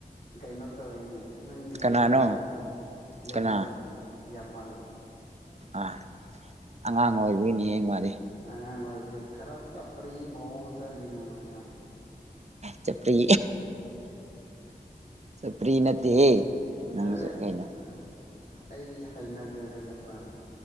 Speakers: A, on the left; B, on the right.
A: ꯀꯩꯅꯣ ꯇꯧꯔꯤꯅꯦ ꯅꯪꯒꯤꯗꯤ
B: ꯀꯅꯥꯅꯣ
A: ꯀꯃꯥꯏꯅ ꯇꯧꯕ ꯌꯥꯝꯃꯜꯗꯨꯣ
B: ꯀꯅꯥ
A: ꯌꯥꯝꯃꯜ
B: ꯑꯥ ꯑꯉꯥꯡ ꯑꯣꯏꯕꯒꯤꯅꯦ ꯃꯥꯗꯤ
A: ꯑꯉꯥꯡ ꯑꯣꯏꯕꯒꯤ ꯈꯔ ꯆꯞꯄꯔꯤ ꯃꯑꯣꯡ ꯆꯜꯂꯤꯅ ꯍꯥꯏꯗꯣ
B: ꯆꯄ꯭ꯔꯤ ꯆꯄ꯭ꯔꯤ ꯅꯠꯇꯦꯍꯦ ꯅꯪꯁꯨ
A: ꯑꯗ
B: ꯀꯩꯅꯣ
A: ꯑ ꯑꯩ ꯍꯩꯅꯗꯦꯗꯣ ꯅꯨꯄꯥꯗꯣ